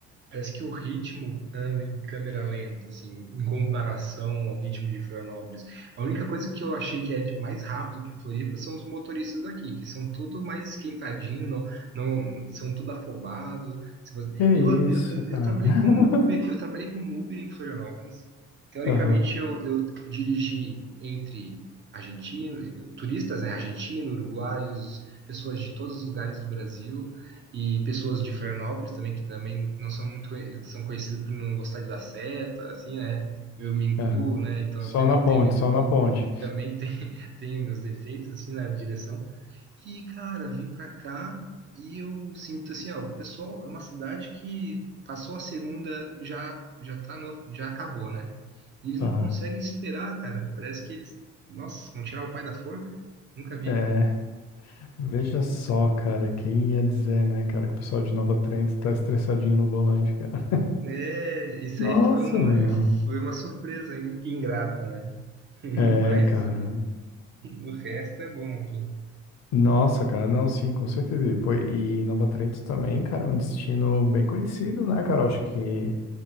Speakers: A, on the right; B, on the left.
A: Parece que o ritmo anda em câmera lenta, assim, em comparação ao ritmo de Florianópolis. A única coisa que eu achei que é de mais rápido que Floripa são os motoristas aqui, que são tudo mais esquentadinho, não, não- são tudo afobado. Se você-
B: Que
A: Eu, an-
B: isso,
A: eu,
B: cara.
A: eu trabalhei como
B: <laughs>
A: Uber, eu trabalhei como Uber em Florianópolis. Teoricamente,
B: Aham,
A: eu, eu dirigi entre argentinos, turistas, né, argentinos, uruguaios, pessoas de todos os lugares do Brasil. E pessoas de Florianópolis também, que também não são muito, conhe- são conhecidas por não gostar de dar seta, assim, né? Eu me incluo,
B: é.
A: né? Então,
B: Só
A: eu também
B: na ponte,
A: tenho,
B: só na ponte.
A: também tem, <laughs> tenho meus defeitos, assim, na direção. E, cara, vim pra cá e eu sinto, assim, ó, o pessoal, é uma cidade que passou a segunda, já, já tá no, já acabou, né? E eles
B: Aham.
A: não conseguem esperar, cara. Parece que eles, nossa, vão tirar o pai da forca. Nunca vi.
B: É, veja só, cara, quem ia dizer, né, cara, que o pessoal de Nova Trento tá estressadinho no volante, cara.
A: É, isso
B: <laughs> Nossa,
A: aí foi uma,
B: meu.
A: foi uma surpresa in- ingrata, né? <laughs>
B: É,
A: Mas
B: cara.
A: o resto é bom aqui.
B: Nossa, cara, não, sim, com certeza. E pô, e Nova Trento também, cara, é um destino bem conhecido, né, cara? Eu Acho que